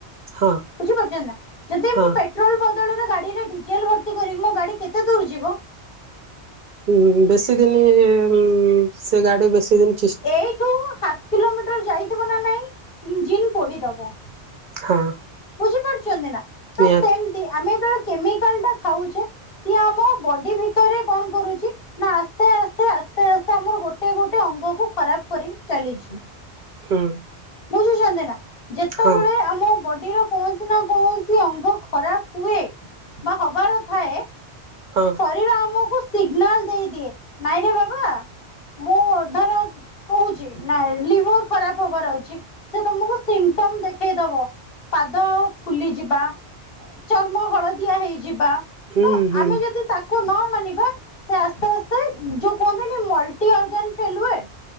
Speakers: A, on the right; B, on the left.
A: ହଁ।
B: ବୁଝିପାରୁଚନ୍ତି ନା, ଯଦି
A: ହଁ
B: ମୁଁ ପେଟ୍ରୋଲ୍ ବଦଳରେ ଗାଡିରେ ଡିଜେଲ୍ ଭର୍ତ୍ତି କରିବି ମୋ ଗାଡି କେତେ ଦୂର୍ ଯିବ?
A: ଉଁ ବେଶୀ ଦିନି ଉଁ ସେ ଗାଡି ବେଶି ଦିନ୍-
B: ଏଇଠୁ ହାପ୍ କିଲୋମିଟର୍ ଯାଇଥବ ନା ନାଇଁ ଇଞ୍ଜିିନ୍ ପୋଡିଦବ।
A: ହଁ।
B: ବୁଝି ପାରୁଚନ୍ତି ନା, ତ
A: ନିହାତି
B: ସେମ୍ତି ଆମେ ଯେତବଳେ କେମିକାଲ୍ ଟା ଖାଉଚେ ସିଏ ଆମ ବଡି ଭିତରେ କଣ କରୁଚି, ନା ଆସ୍ତେ-ଆସ୍ତେ-ଆସ୍ତେ-ଆସ୍ତେ ଆମର ଗୋ ଗୋଟେ-ଗୋଟେ ଅଙ୍ଗକୁ ଖରାପ୍ କରି ଚାଲିଚି।
A: ହୁଁ।
B: ବୁଝୁଚନ୍ତି ନା, ଯେ
A: ହଁ।
B: ଆମ ବଡିର କୌଣସି ନା କୌଣସି ଅଙ୍ଗ ଖରାପ୍ ହୁଏ ବା ହବାର ଥାଏ
A: ହଁ
B: <unintelligible> ଆମକୁ ସିଗନାଲ ଦେଇଦିଏ ନାଇଁରେ ବାବା ମୁଁଧର କହୁଛି ନାଇଁ ଲିଭର ଖରାପ ହବାର ଅଛି ସେ ତମକୁ ସିମ୍ଟମ ଦେଖେଇଦବ ପାଦ ଫୁଲିଯିବା ଚର୍ମ ହଳଦିଆ ହେଇଯିବା
A: ହୁଁ
B: ତ
A: ହୁଁ
B: ଆମେ ଯଦି ତାକୁ ନ ମାନିବା ସେ ଆସ୍ତେ ଆସ୍ତେ ଯୋଉ କୁହନ୍ତି ମଲଟି ଅଗ ଫେ